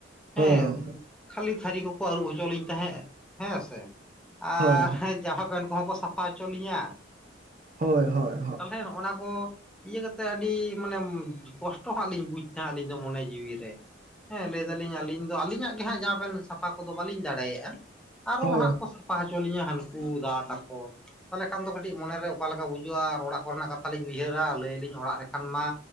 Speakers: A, on the right; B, in the centre.
A: ᱦᱳᱭ
B: ᱦᱮᱸ
A: ᱜᱚᱝᱠᱮ
B: ᱠᱷᱟᱹᱞᱤ ᱛᱷᱟᱹᱨᱤ ᱠᱚᱠᱚ ᱟᱹᱨᱩᱵ ᱦᱚᱪᱚ ᱞᱤᱧ ᱛᱟᱦᱮᱸᱫ ᱦᱮᱸ ᱥᱮ᱾ ᱟᱨ
A: ᱦᱳᱭ
B: ᱡᱟᱢᱟ ᱯᱮᱱ ᱠᱚᱦᱚᱸ ᱠᱚ ᱥᱟᱯᱷᱟ ᱦᱚᱪᱚ ᱞᱤᱧᱟ᱾
A: ᱦᱳᱭ ᱦᱳᱭ ᱦᱳᱭ ᱦᱳᱭ
B: ᱛᱟᱞᱦᱮ ᱱᱚᱜ-ᱚᱱᱟ ᱠᱚ ᱤᱭᱟᱹ ᱠᱟᱛᱮᱜ ᱟᱹᱰᱤ ᱢᱟᱱᱮ ᱠᱚᱥᱴᱚ ᱦᱟᱸᱜ ᱞᱤᱧ ᱵᱩᱡ ᱛᱟᱦᱮᱸ ᱱᱟ ᱟᱹᱞᱤᱧ ᱫᱚ ᱢᱚᱱᱮ ᱡᱤᱣᱤ ᱨᱮ᱾ ᱦᱮᱸ ᱞᱟᱹᱭ ᱫᱟᱞᱤᱧ ᱟᱹᱞᱤᱧ ᱫᱚ ᱟᱹᱞᱤᱧᱟᱜ ᱜᱮᱦᱟᱸᱜ ᱡᱟᱢᱟ ᱯᱮᱱ ᱥᱟᱯᱷᱟ ᱠᱚᱫᱚ ᱵᱟᱹᱞᱤᱧ ᱫᱟᱲᱮᱭᱟᱜᱼᱟ᱾ ᱟᱨᱚ
A: ᱦᱳᱭ
B: ᱦᱟᱸᱜ ᱠᱚ ᱥᱟᱯᱷᱟ ᱦᱚᱪᱚ ᱞᱤᱧᱟᱹ ᱦᱟᱹᱱᱠᱩ ᱫᱟᱫᱥ ᱛᱟᱠᱚ᱾ ᱛᱟᱦᱚᱞᱮ ᱠᱷᱟᱱ ᱫᱚ ᱠᱟᱹᱴᱤᱡ ᱢᱚᱱᱮᱨᱮ ᱚᱠᱟ ᱞᱮᱠᱟ ᱵᱳᱡᱟ. ᱜᱼᱟ ᱟᱨ ᱚᱲᱟᱜ ᱠᱚᱨᱮᱱᱟᱜ ᱠᱟᱛᱷᱟ ᱞᱤᱧ ᱩᱭᱦᱟᱹᱨᱟ ᱞᱟᱹᱭ ᱟᱹᱞᱤᱧ ᱚᱲᱟᱜ ᱨᱮᱠᱷᱟᱱ ᱢᱟ